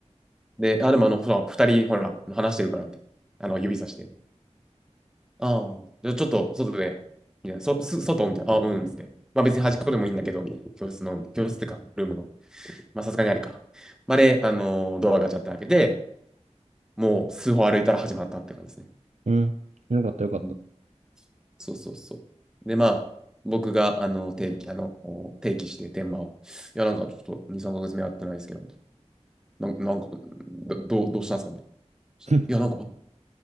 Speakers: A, in the centre; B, on the right (about 75°).
A: で、あ、でも、あの、ほら、二人、ほら、話してるから、みたいな。あの、指さして。ああ。じゃあちょっと外で、みたいな。そ、す、外みたいな。あ、うん、つって。まあ別に端っこでもいいんだけど、みたいな。教室の、教室ってか、ルームの。まあさすがにあれか。まあで、あのードアガチャって開けて、もう数歩歩いたら始まったって感じですね。
B: う。うん。よかったよかった。
A: うんそうそうそう。で、まあ、僕が、あの、定期、あの、定期して、天満を。いや、なんかちょっと2、3ヶ月目会ってないですけど、みたいな。なんなんか、ど、どうどうしたんですかみたいな。そしたらいや、
B: <laughs>
A: なんか、